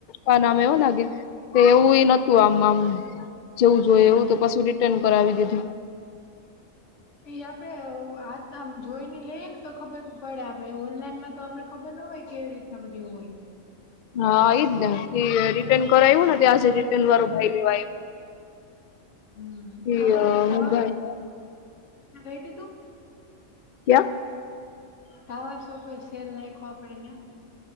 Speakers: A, on the left; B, on the left.
A: આમ આમ એવું લાગે કે એવું નહોતું આમ આમ જેવું જોઈએ
B: હા
A: એવું તો પછી રિટર્ન કરાવી દીધું.
B: એ આપડે આમ જોઈને લઈએ ને તો ખબર પડે આપડણેે ઓનલાઈનમાં તો આપડે ખબર ના હોય કેવી રીતના બધી હોય.
A: હા આ જ ને રિટર્ન કરાવ્યું ને ત આજે રિટર્ન વાળો ભાઈ લેવા આવ
B: હમ
A: આવ્યો
B: આપડા અ ટાવર
A: હું ભાઈ
B: ગઈ તું?
A: ક્યા?
B: ટાવર શો કોઈ સેલ નાખયો આપડે ત્યાં.